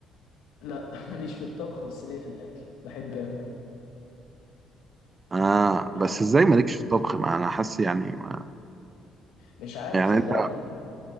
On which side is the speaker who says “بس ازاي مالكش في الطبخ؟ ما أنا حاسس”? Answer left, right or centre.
Right